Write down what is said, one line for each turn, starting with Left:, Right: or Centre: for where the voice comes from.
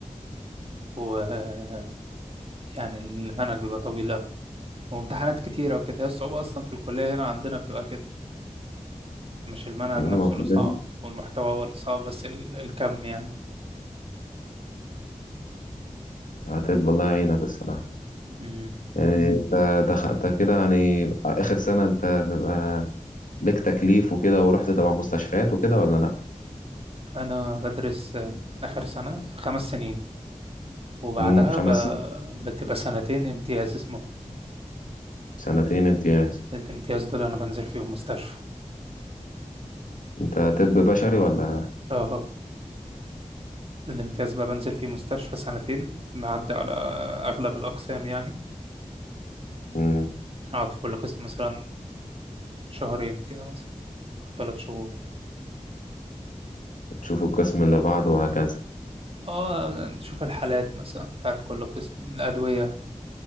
Right: ويعني المنهج بيبقى طويل أوي وامتحانات كتيرة وكده هي الصعوبة أصلا في الكلية هنا عندنا بتبقى كده مش المنهج
Left: أمم،
Right: نفسه
Left: كلنا
Right: اللي صعب والمحتوى هو اللي صعب بس ال- الكم يعني
Left: هتبقى الله يعينك الصراحة
Right: مم.
Left: يعني انت دخ- انت كده يعني آخر سنة انت بيبقى ليك تكليف وكده ورحت تبع مستشفيات وكده ولا لأ؟
Right: أنا بدرس آه، آخر سنة خمس سنين وبعدها
Left: أمم، خمس
Right: ب...
Left: سنين.
Right: بتبقى سنتين امتياز اسمه
Left: سنتين امتياز
Right: الامتياز دول أنا بنزل فيهم مستشفى
Left: انت طب بشري ولا
Right: اه الامتياز بقى بنزل فيه مستشفى سنتين بعدي على أغلب الأقسام يعني
Left: أمم،
Right: أقعد في كل قسم مثلا شهرين كده مثلا أو ثلاث شهور
Left: تشوف القسم اللي بعده وهكذا
Right: اه تشوف الحالات مثلا بتاعت كل قسم الأدوية